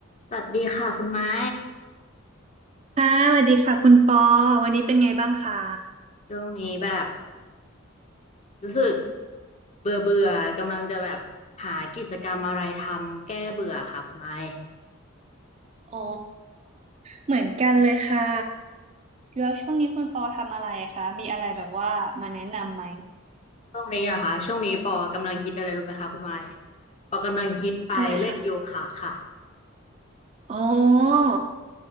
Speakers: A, on the left (about 30°); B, on the right (about 30°).
A: สวัสดีค่ะคุณไม้
B: ค่ะสวัสดีค่ะคุณปอวันนี้เป็นไงบ้างคะ
A: ช่วงนี้แบบรู้สึกเบื่อเบื่อกำลังจะแบบหากิจกรรมอะไรทำแก้เบื่อค่ะคุณไม้
B: อ๋อเหมือนกันเลยค่ะแล้วช่วงนี้คุณปอทำอะไรคะมีอะไรแบบว่ามาแนะนำไหม
A: ช่วงนี้อะค่ะช่วงนี้ปอกำลังฮิตอะไรรู้ไหมคะคุณไม้ปอกำลังฮิตไปเล่นโยคะค่ะ
B: <laughs> อะไรคะอ๋อ